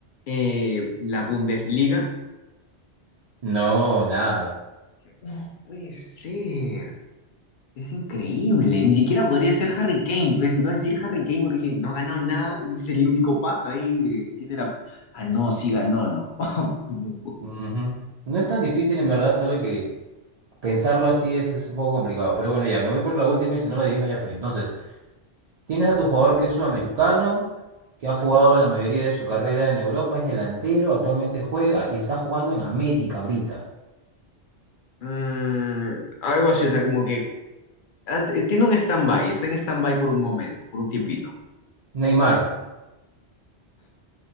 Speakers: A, on the left; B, on the right.
A: eh, la Bundesliga?
B: No, nada.
A: No puede ser. Es increíble. Ni siquiera podría ser Harry Kane. Pues te iba a decir Harry Kane porque dije, no ha ganado nada. Es el único pata ahí que que tiene la... Ah, no, sí ganó, no. <laughs>
B: Ujú. No es tan difícil en verdad, solo que pensarlo así es, es un poco complicado. Pero bueno, ya, me voy por la última y si no lo adivino ya fue. Entonces. Tienes a tu jugador que es sudamericano, que ha jugado la mayoría de su carrera en Europa, es delantero, actualmente juega y está jugando en América ahorita.
A: Mm, algo así, o sea, como que ah, t- eh, tiene un stand-by, está en stand-by por un momento, por un tiempito.
B: Neymar.